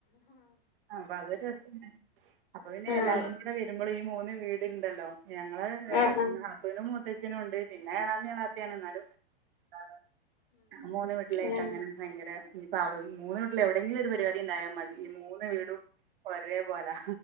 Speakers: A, on the right; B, on the left.
A: ആഹ് അപ്പൊ അതൊരസന്നെ അപ്പൊ പിന്നെ
B: ആഹ്
A: എല്ലാരും ഇവിടെ വരുമ്പള് ഈ മൂന്ന് വീട്ണ്ടല്ലോ ഞങ്ങള് <unintelligible> ഇങ്ങനെ
B: ആഹ് ആഹ്
A: നടക്കും. <unintelligible> മുത്തച്ഛനും ഇണ്ട്. പിന്നെ എളാമിം എളാപ്പിയാണ് എന്നാലും <unintelligible> മൂന്ന് വീട്ടിലായിട്ടങ്ങനെ
B: ഉം
A: ഭയങ്കര ഇനിപ്പ മൂന്ന് വീട്ടില് എവിടെങ്കിലും ഒരു പരിപാടി ഇണ്ടായൽ മതി ഈ മൂന്ന് വീടും ഒരേ പോലാ